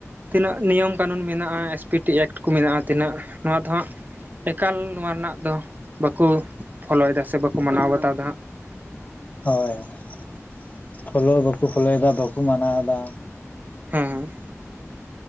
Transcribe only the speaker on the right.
ᱛᱤᱱᱟᱹᱜ ᱱᱤᱭᱚᱢ ᱠᱟᱱᱩᱱ ᱢᱮᱱᱟᱜᱼᱟ ᱮᱥ ᱯᱤ ᱴᱤ ᱮᱰ ᱠᱚ ᱢᱮᱱᱟᱜᱼᱟ ᱛᱤᱱᱟᱹᱜ ᱱᱚᱣᱟ ᱫᱚ ᱦᱟᱸᱜ᱾ ᱮᱠᱟᱞ ᱱᱚᱣᱟ ᱨᱮᱱᱟᱜ ᱫᱚ ᱵᱟᱠᱚ ᱯᱷᱳᱞᱳᱭᱮᱫᱟ ᱥᱮ ᱵᱟᱠᱚ ᱢᱟᱱᱟᱣ ᱵᱟᱛᱟᱣ ᱮᱫᱟ ᱦᱟᱸᱜ
ᱦᱮᱸᱼᱼ